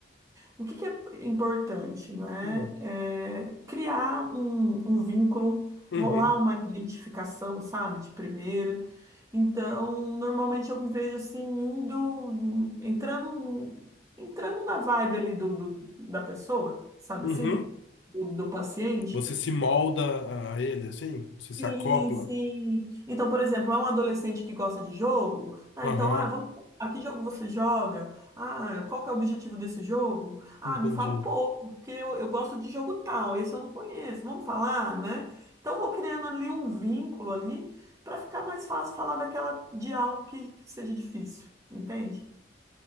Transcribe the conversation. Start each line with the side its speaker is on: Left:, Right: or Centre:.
Right: o que que é importante, né?
Left: Hum.
Right: É criar um, um vínculo,
Left: Uhum.
Right: rolar uma identificação, sabe, de primeira. Então, normalmente eu me vejo assim, indo, entrando, entrando na vibe ali do, do- da pessoa, sabe
Left: Uhum.
Right: assim? Do, do paciente.
Left: Você se molda a ele, assim? Você
Right: Sim,
Left: se acopla?
Right: sim. Então, por exemplo, há um adolescente que gosta de jogo, ah,
Left: Aham.
Right: então, ah, vamos, a que jogo você joga? Ah, qual que é o objetivo desse jogo? Ah,
Left: Entendi.
Right: me fala um pouco, porque eu, eu gosto de jogo tal, esse eu não conheço, vamos falar, né? Então, vou criando ali um vínculo ali para ficar mais fácil falar daquela de algo que, que seja difícil, entende?